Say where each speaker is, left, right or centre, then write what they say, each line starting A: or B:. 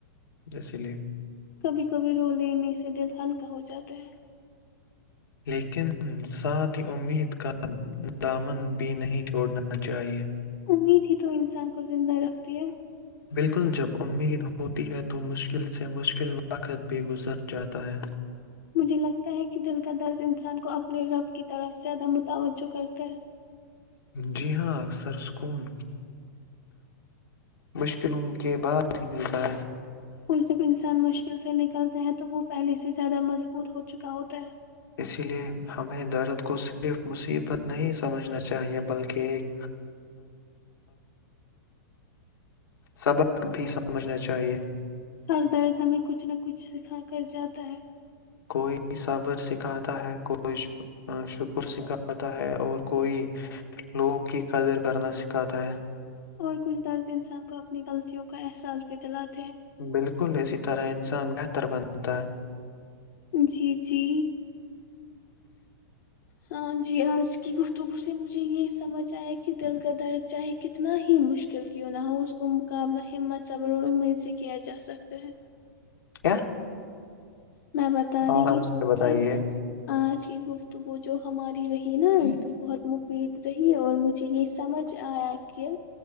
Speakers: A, on the left (about 90°); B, on the left (about 65°).
A: اسی لے
B: کبھی کبھی رو لینے سے دل ہلکا ہو جاتا ہے
A: لیکن ساتھ ہی امید کا دامن بھی نہیں چھوڑنا چاہیئے
B: امید ہی تو انسان کو زندہ رکھتی ہے
A: بالکل جب امید ہوتی ہے تو مشکل سے مشکل وقت بھی گزر جاتا ہے
B: مجھے لگتا ہے کہ دل کا درد انسان کو اپنے رب کی طرف زیادہ متوجہ کرتا ہے
A: جی ہاں اکثر سکون مشکلوں کے بعد ہی ملتا ہے
B: اور جب انسان مشکل سے نکلتا ہے تو وہ پہلے سے زیادہ مضبوط ہو چکا کا ہوتا ہے
A: اسی لیے ہمیں درت کو صرف مصیبت نہیں سمجھنا چاہیے بلکہ ایک سبق بھی سمجھنا چاہیے
B: ہر درد ہمیں کچھ نہ کچھ سکھا کر جاتا ہے
A: کوئی صابر سکایت ہے کوئی شکر گزار پتا ہے اور کوی لوگوں کی قدر کرنا سکھاتا ہے
B: اور کچھ درد انسان کو اپنی غلطیوں کا احساس بھی دلاتا
A: بالکل اسی طرح انسان ہے اتر بنتا ہے
B: جی جی ہاں جی آج کی وہ تو اسے مجھے یہ سمجھ چاہے کہ دل کا درد چاہے کتنا ہی مشکل کیوں نہ ہو اس کو مقابلہ ہمت صبر اور امید سے کیا جا سکتا ہے
A: کیا
B: میں بتا رہی
A: آرام سے
B: ہوں
A: بتائیے
B: کہ آج کی گفتگو جو ہماری رہی نا تو بہت مفید رہی اور مجھے یہ سمجھ آیا کہ